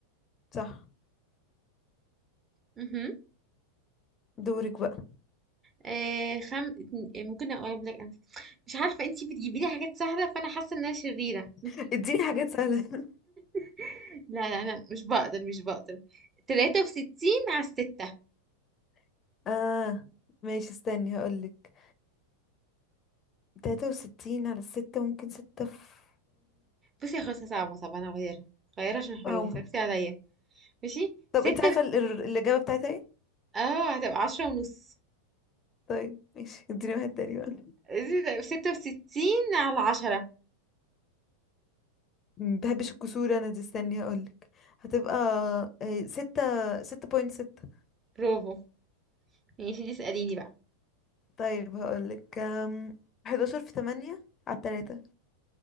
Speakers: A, on the left; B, on the right.
A: صح
B: امم
A: دورك بقى
B: آه خم... اتن- ممكن اقول لك انا مش عارفة انتي بتجيبي لي حاجات سهلة فانا حاسة ان انا شريرة
A: <laughs> اديني حاجات سهلة
B: <laughs> لا لا لا مش بقدر مش بقدر تلاتة وستين على الستة
A: <laughs> اه ماشي استني هقولك تلاتة وستين على الستة ممكن ستة في
B: بصي يا خلاص صعبة صعبة انا هغيرها غيرها عشان حرام
A: اه
B: صعبتي عليا ماشي ستة
A: طب انت عارفة
B: وس-
A: ال- ال- الإجابة بتاعتها ايه؟
B: اه هتبقى عشرة ونص
A: طيب ماشي اديني واحد تاني بقى
B: زي- ستة وستين على عشرة
A: مم، مبحبش الكسور انا دي استني هقولك هتبقى آه، ستة ستة بوينت ستة
B: برافو ماشي دي اسأليني بقى
A: طيب هقولك أم، حداشر في تمانية على التلاتة